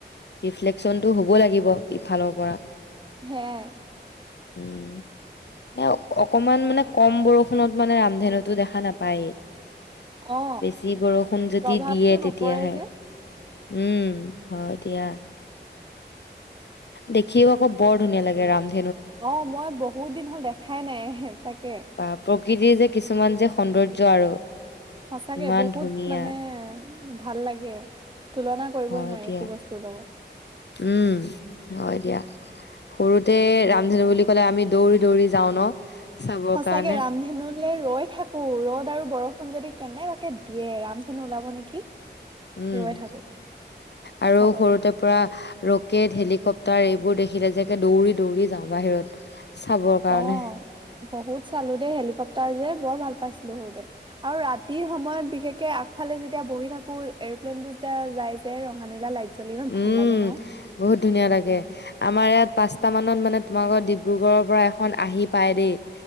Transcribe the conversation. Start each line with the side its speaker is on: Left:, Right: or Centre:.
Left: ৰিফ্লেকচনতটো হ'ব লাগিব ইফালৰ পৰা
Right: সেয়াই
Left: উম অকমান মানে কম বৰষুণত মানে ৰামধেনুতো দেখা নাপায়
Right: অ
Left: বেছি বৰষুণ যদি
Right: প্ৰভাৱটো
Left: দিয়ে তেতিয়াহে
Right: নপৰে যে
Left: উম হয় দিয়া দেখিও আকৌ বৰ ধুনীয়া লাগে । ৰামধেনু
Right: অ মই বহুত দিন হ'ল দেখাই নাই হে তাকে
Left: বা প্ৰকৃতিৰ যে কিছুমান যে সৌন্দৰ্য আৰু
Right: সচাঁকে
Left: ইমান
Right: বহুত
Left: ধুনীয়া
Right: মানে ভাল লাগে তুলনা কৰিবই
Left: হয়
Right: নোৱাৰি
Left: দিয়া
Right: একো বস্তুৰ লগত
Left: উম হয় দিয়া সৰুতে ৰামধেনু বুলি ক'লে আমি দৌৰি দৌৰি যাওঁ ন চাবৰ
Right: সঁচাকে
Left: কাৰণে
Right: ৰামধেনুলে ৰৈ থাকোঁ ৰ'দ আৰু বৰষুণ যদি। কেনেবাকে দিয়ে ৰামধেনু ওলাব নেকি?
Left: উম
Right: ৰৈ থাকো
Left: আৰু
Right: চাবলে
Left: সৰুতে পৰা ৰকেট হেলিকপ তাৰ এইবোৰ দেখিলে যে দৌৰি দৌৰি যাওঁ বাহিৰত চাবৰ কাৰণে
Right: অ বহুত চালো দেই হেলিকপ্টাৰ যে বৰ ভাল পাইছিলো সৰুতে আৰু ৰাতিৰ সময়ত বিশেষকে আগফালে যেতিয়া বহি থাকো এৰপ্লেইন বোৰ যেতিয়া যাই যে ৰঙা নীলা লাইট জ্বলি ইমান
Left: উম
Right: ভাল লাগে ন
Left: বহুত ধুনীয়া লাগে আমাৰ ইয়াত পাঁচ টা মানত মানে তোমালোকৰ ডিব্ৰুগড়ৰ পৰা এখন আহি পায় দেই ।